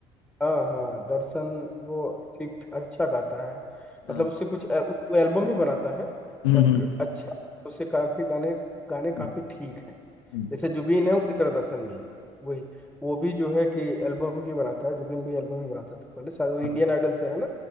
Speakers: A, in the centre; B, on the left (about 80°).
A: हाँ हाँ दर्शन वो ठीक अच्छा गाता है
B: हाँ
A: मतलब उससे कुछ ए- वो एल्बम ही बनाता है
B: हम्म
A: बट
B: हम्म
A: अच्छा उसके काफी गाने गाने काफी
B: हम्म,
A: ठीक हैं
B: हम्म,
A: जैसे जुबिन है उसी तरह दर्शन भी है वही वो भी जो है कि एल्बम ही बनाता है जुबिन भी एल्बम ही बनाता था पहले शायद वो इंडियन
B: हाँ
A: आइडल से है ना